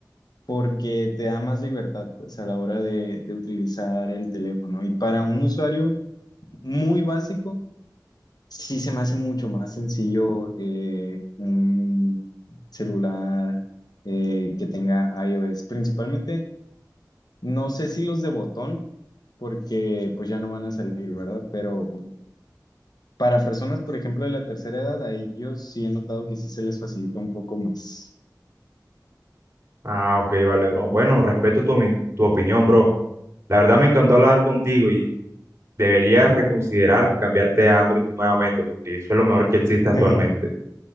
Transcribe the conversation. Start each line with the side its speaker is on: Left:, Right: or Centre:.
Left: porque te da más libertad, pues, a la hora de, de utilizar el teléfono. Y para un usuario muy básico, sí se me hace mucho más sencillo eh, un celular eh, que tenga iOS. Principalmente, no sé si los de botón, porque pues ya no van a salir, ¿verdad? Pero Para personas, por ejemplo, de la tercera edad, a ellos sí he notado que sí se les facilita un poco más.
Right: Ah, ok, vale, bro. Bueno, respeto tu, omi- tu opinión, bro. La verdad me encantó hablar contigo y deberías reconsiderar cambiarte a Android nuevamente porque eso es lo mejor que existe actualmente.
Left: <laughs>